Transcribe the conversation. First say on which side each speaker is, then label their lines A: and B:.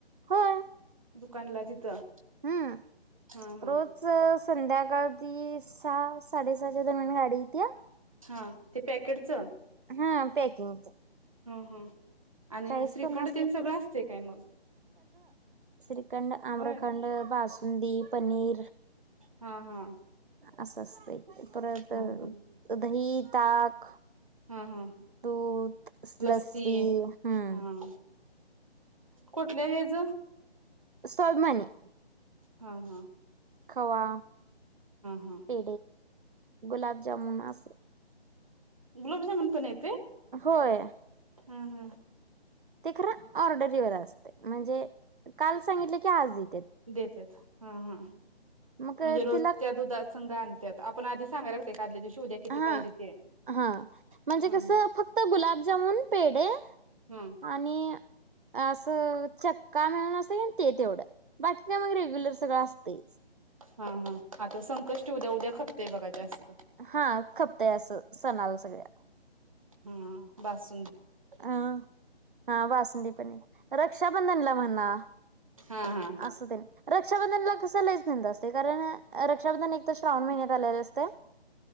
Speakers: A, on the right; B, on the right.
A: होय.
B: दुकानला तिथं
A: हूं
B: हा हा
A: रोजच संध्याकाळ ती सहा साडेसहाच्या, दरम्यान गाडी येतीया.
B: हा ते पॅकेटच
A: हा पॅकिंगच.
B: हूं! आणि
A: चाळीस
B: श्रीखंड,
A: पन्नास
B: तेन
A: लिटर
B: सगळं असतय काय मग.
A: श्री खंड, आम्रखंड,
B: होय
A: बासुंदी, पनीर
B: हा हा
A: असं असतय. परत
B: ह ह
A: अ दही, ताक
B: हा हा
A: दूध, लस्सी
B: लस्ती हा
A: हम्म
B: कुठल्या हेज.
A: सोलमनी.
B: हा हा!
A: खवा,
B: हा
A: पे गुलाब जामुन, अस.
B: गुलाबजामुन पण ये
A: होय.
B: हूं हूं!
A: ते खर ऑर्डरीवर असतय, म्हणजे काल सांगितल की आज येईल.
B: देत्यात हं हं
A: मग
B: म्हणजे रोज
A: तिला
B: त्या दुधाच फंग आनत्यात, आपण आदी सांगायला लागतय, एक आदल्या दिवशी उद्या किती
A: अ
B: पाहिजे ते
A: हां म्हंजे
B: हा हा
A: कसं फक्त गुलाबजामुन, पेडे
B: हा
A: आणि आसं चक्का म्हणुन, असत कनई ते तेवढं, बाकी काय मग रेग्युलर सगळं असतयच.
B: हांहां आता संकष्टी उद्या, उद्या खपतंय बघा जास्त.
A: हां खपतय असं सणाला सगळ्या
B: हम्म बास
A: अं हां बासुंदी पनीर रक्षाबंधनला म्हण ना
B: हा हा
A: असुदे रक्षाबंधनला कस लईच धंदा असतय कारण रक्षाबंधन एक तर श्रावण महिन्यात आलेल असतय